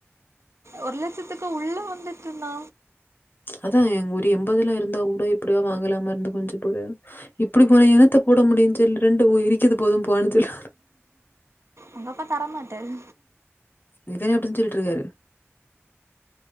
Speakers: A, on the right; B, on the left.
A: ஒரு லட்சத்துக்கு உள்ளெ வந்துட்டுன்னா
B: அதா ஒரு எம்பதுலா இருந்தா கூட எப்டியவா வாங்லாமா இருந்து கொஞ்சோப் <unintelligible> இப்டி போனா இனத்த போட முடியும் சொல் ரெண்டு ஒரிக்கிதுபோது போனு சொல்
A: உங்கப்பா தர மாட்டாரு
B: இப்பவே அப்டிதா சொல்லிட்ருக்காரு